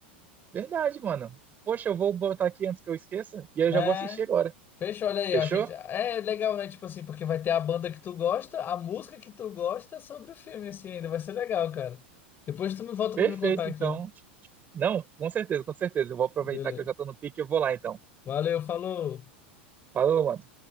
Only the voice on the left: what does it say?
É.
Fechou, olha aí,
ó, a gente é legal, né? Tipo assim, porque vai ter a banda que tu gosta, a música que tu gosta sobre o filme, assim, ainda vai ser legal, cara. Depois tu me volta
pra me contar aqui.
Beleza.
Valeu, falou.